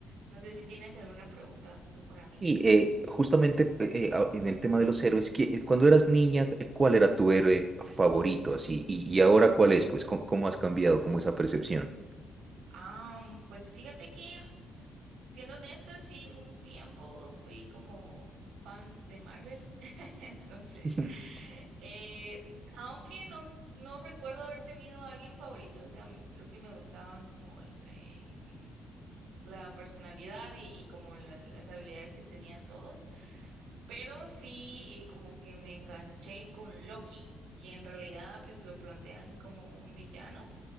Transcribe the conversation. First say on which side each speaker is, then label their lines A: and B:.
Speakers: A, on the right (about 80°); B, on the right (about 30°).
A: No sé si tienes alguna pregunta tú para mí.
B: Y eh, justamente eh, eh, a- en el tema de los héroes, ¿qui- cuando eras niña, eh, ¿cuál era tu héroe favorito así? Y, y ahora cuál es, pues, ¿cómo, cómo has cambiado como esa percepción?
A: Ah, mm, pues fíjate que, siendo honesta, sí, un tiempo fui como fan de Marvel, <laughs> entonces,
B: <laughs>
A: eh, aunque no, no recuerdo haber tenido a alguien favorito, o sea, m- creo que me gustaban como eh, la personalidad y, y como la- las habilidades que tenían todos, pero sí eh, como que me enganché con Loki, que en realidad pues lo plantean como un villano.